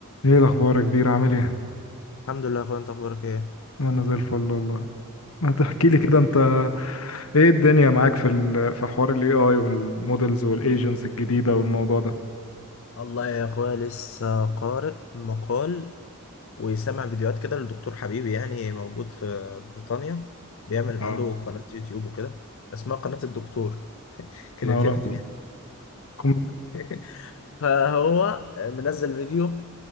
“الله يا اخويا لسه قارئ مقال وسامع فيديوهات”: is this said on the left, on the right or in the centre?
Left